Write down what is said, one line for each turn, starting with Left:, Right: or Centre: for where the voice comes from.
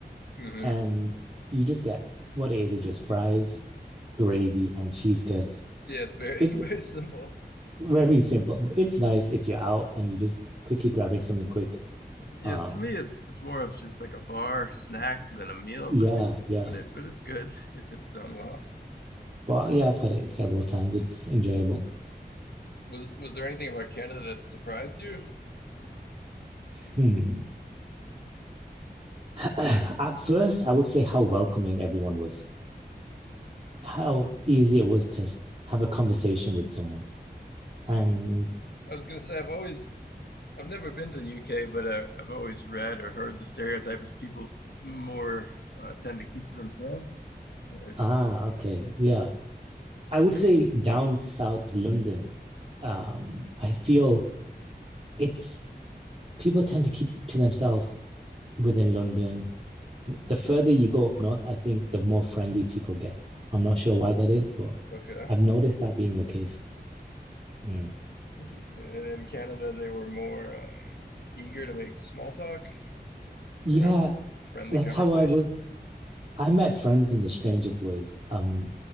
Left: hmm
Right: and you just get what it is. It's just fries, gravy, and cheese curds.
Left: Yeah, it's very
Right: It's
Left: <laughs> very simple.
Right: very simple. but It's nice if you're out and you're just quickly grabbing something quick.
Left: Yes,
Right: Um,
Left: to me it's it's more of just like a bar snack than a meal,
Right: Yeah,
Left: but
Right: yeah.
Left: but it but it's good <laughs> if it's done well.
Right: But uh, yeah, I've had it several times. It's enjoyable.
Left: Was was there anything about Canada that surprised you?
Right: Hmm. <clears throat> At first, I would say how welcoming everyone was, how easy it was to s- have a conversation with someone. And
Left: I was gonna say I've always I've never been to the UK, but uh, I've always read or heard the stereotype is people more uh, tend to keep to themselves. Uh, Are
Right: ah, okay, yeah. I would
Left: they
Right: say
Left: more
Right: down south London, um, I feel it's people tend to keep to themselves within London. The further you go up north, I think the more friendly people get. I'm not sure why that is, but
Left: okay,
Right: I've noticed that being the case. Mm.
Left: interesting. And in Canada, they were more um, eager to make small talk
Right: Yeah,
Left: or have friendly
Right: That's
Left: conversations.
Right: how I was. I met friends in the strangest ways. Um,